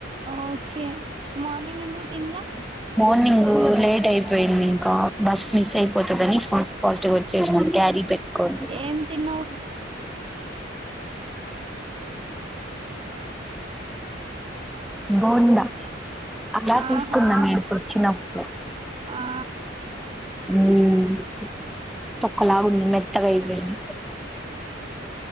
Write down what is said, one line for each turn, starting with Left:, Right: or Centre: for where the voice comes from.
Right: ఓకే మార్నింగ్ ఎందుకు తిన్లా
Centre: మార్నింగ్ లేట్ అయిపోయింది. ఇక బస్ మిస్ అయిపోతదని ఫాస్ట్ ఫాస్ట్గా వచ్చేసాం క్యారీ పెట్కోని
Right: ఏం తిన్నావ్
Centre: బోండా అలా
Right: ఆహా
Centre: తీసుకున్నాం మీడికి వచ్చినప్పుడు
Right: ఆ
Centre: ఉమ్ చొక్కలాగుంది అ మెత్తకైపోది